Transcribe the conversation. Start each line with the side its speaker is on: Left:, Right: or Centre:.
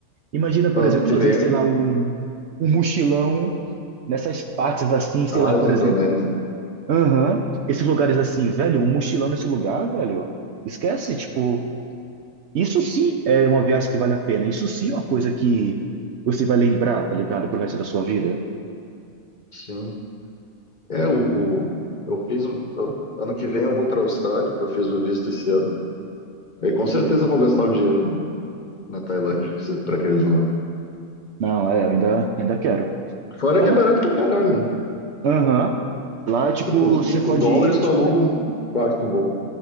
Right: Imagina, por
Left: ano
Right: exemplo,
Left: que
Right: fazer,
Left: vem,
Right: sei lá, um, um mochilão nessas partes assim, sei
Left: a
Right: lá,
Left: Ásia,
Right: por exemplo.
Left: a Indonésia.
Right: Aham, esses lugares assim, velho, um mochilão nesse lugar, velho. Esquece, tipo. Isso sim é uma viagem que vale a pena. Isso sim é uma coisa que você vai lembrar, tá ligado? Pelo resto da sua vida.
Left: Sim. É, o, o- eu fiz. o- eu- ano que vem eu vou pra Austrália, que eu fiz o visto esse ano. E com certeza eu vou gastar o dinheiro na, na Tailândia, que se- pra aqueles lados.
Right: Não, é, eu ainda, ainda quero.
Left: Fora
Right: É
Left: que
Right: uma-
Left: é barato pra caralho, né?
Right: Aham. Lá, tipo,
Left: Tipo, 5
Right: você pode
Left: dólares
Right: ir, tipo,
Left: tu aluga
Right: ca-
Left: um quarto bom.